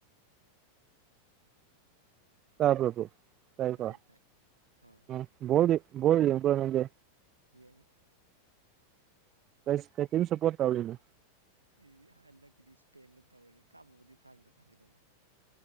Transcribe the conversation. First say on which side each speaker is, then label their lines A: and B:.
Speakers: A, on the right; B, on the right.
A: ꯇꯕ꯭ꯔꯥ ꯑꯗꯨꯝ ꯇꯥꯏꯀꯣ
B: ꯇꯥꯏꯌꯦ ꯇꯥꯏ ꯑꯥ
A: ꯎꯝ ꯕꯣꯜꯗꯤ ꯕꯣꯜ ꯌꯦꯡꯕ꯭ꯔꯥ ꯅꯪꯗꯤ
B: ꯌꯦꯡꯉꯤ
A: ꯑꯩꯁ ꯀꯩ ꯇꯤꯝ ꯁꯥꯄꯣꯔꯠ ꯇꯧꯔꯤꯅꯣ
B: ꯑꯩꯖꯨ ꯍꯟꯗꯛꯀꯤꯗꯤ ꯏꯁ꯭ꯄꯦꯟꯗꯥ ꯇꯧꯔꯒꯦ ꯀꯥꯕꯕꯨꯗꯤ ꯐ꯭ꯔꯥꯟꯁꯅ ꯀꯥꯒꯤꯗꯧ ꯃꯥꯜꯂꯤ